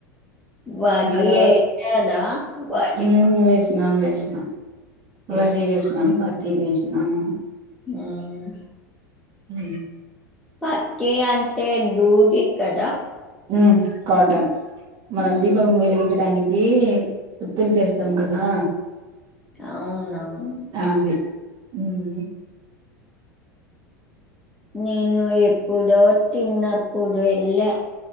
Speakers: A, in the centre; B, on the right.
A: వరి
B: ఇక్కడ
A: యేత్తడా వరి
B: ఉమ్ వేస్ నన్ వేస్
A: పత్తి
B: వరి వేస్నమ్ పత్తి వేస్నము
A: హ్మ్
B: ఉ
A: పత్తి అంటే దూది కదా
B: ఉ కాటన్ మనం
A: హ్మ్
B: దీపం వెలిగించడానిక్ కి ఓత్తుల్ చేస్తాం కదా
A: అవునవును
B: అవి ఉమ్
A: నేను ఎప్పుడో చిన్నప్పుడ్ వెల్లా